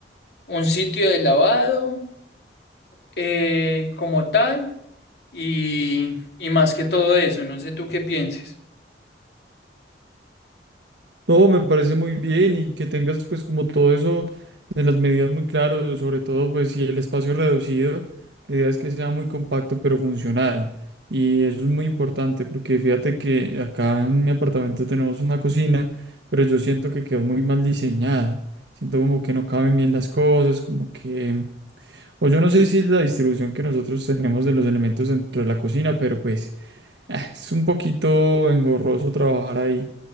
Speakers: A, on the left (about 65°); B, on the right (about 75°).
A: un sitio de lavado eh, como tal. Y, y más que todo eso, no sé tú qué pienses.
B: No, me parece muy bien y que tengas pues como todo eso de las medidas muy claro, sobre todo pues si el espacio es reducido, la idea es que sea muy compacto pero funcional. Y eso es muy importante porque fíjate que acá en mi apartamento tenemos una cocina, pero yo siento que quedó muy mal diseñada. Siento como que no caben bien las cosas, como que... O yo no sé si es la distribución que nosotros tenemos de los elementos dentro de la cocina, pero pues ah, es un poquito engorroso trabajar ahí.